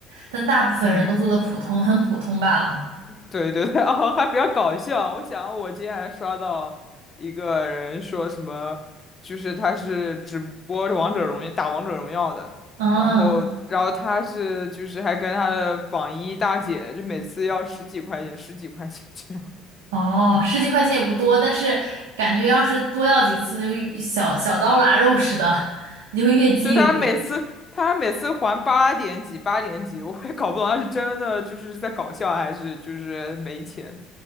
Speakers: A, on the right (about 85°); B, on the left (about 30°).
A: 但大部分人都做的普通，
B: <laughs> 嗯，
A: 很普通罢了。
B: 对对对，<laughs> 哦，还比较搞笑。我想我今天还刷到一个人说什么，就是他是直播王者荣耀打王者荣耀的，
A: 嗯，
B: 然后然后他是就是还跟他的榜一大姐，就每次要十几块钱，十几块钱这样。
A: 哦，十几块钱也不多，但是感觉要是多要几次就小小刀拉肉似的，<laughs> 你就会越积越多。
B: 就他每次他每次还八点几八点几，我也搞不懂他是真的就是在搞笑还是就是没钱